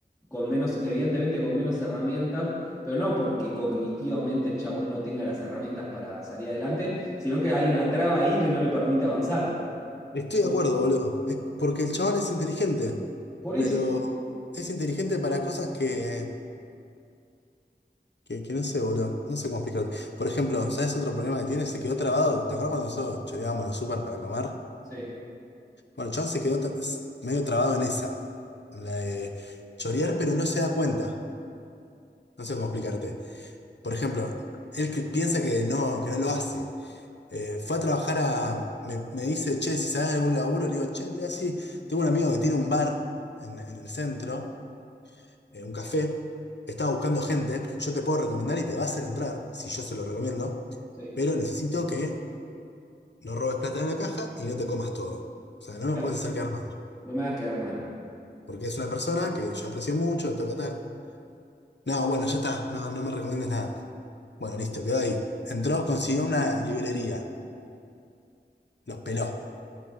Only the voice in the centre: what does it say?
con menos, evidentemente con menos herramientas, pero no porque cognitivamente el chabón no tenga las herramientas para salir adelante, sino que hay una traba ahí que no le permite avanzar.
¿no?
Por
eso.
Sí,
sí.
Claro,
no me hagas quedar mal.